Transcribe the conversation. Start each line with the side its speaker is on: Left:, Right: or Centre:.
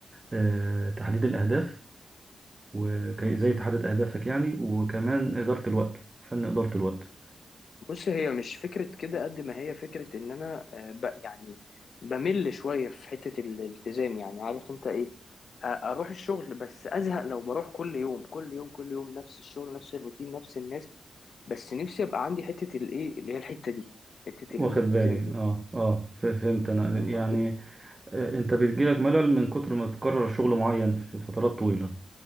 Right: آه، تحديد الأهداف وازاي
Left: أمم.
Right: تحدد اهدافك يعني وكمان اداره الوقت فن اداره الوقت
Left: بص هي مش فكره كده قد ما هي فكره ان انا آه، ب يعني بمل شويه في حته ال- الالتزام يعني عارف انت ايه آ- اروح الشغل بس ازهق لو بروح كل يوم كل يوم كل يوم نفس الشغل نفس الروتين نفس الناس بس نفسي ابقى عندي حته الايه اللي هي الحته دي حته الالتزام
Right: واخد بالي
Left: دي
Right: اه اه ف- فهمت انا
Left: فاهم
Right: يعني
Left: قصدي
Right: آه، انت بتجيلك ملل من كتر ما تكرر شغل معين في فترات طويله